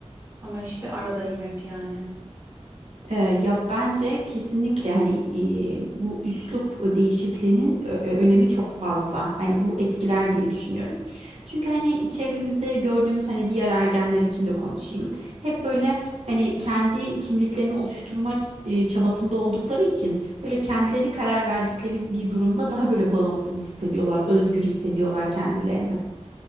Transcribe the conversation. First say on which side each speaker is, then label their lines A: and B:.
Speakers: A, on the right; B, on the right.
A: Ama işte aradayım hep yani.
B: Ee, ya bence kesinlikle hani e, bu üslup değişikliğinin e, e, önemi çok fazla. Hani bu etkiler diye düşünüyorum. Çünkü hani çevremizde gördüğümüz hani diğer ergenler için de konuşayım. Hep böyle hani kendi kimliklerini oluşturma ç- e, çabasında oldukları için böyle kendileri karar verdikleri bir durumda daha böyle bağımsız hissediyorlar, özgür hissediyorlar kendilerini.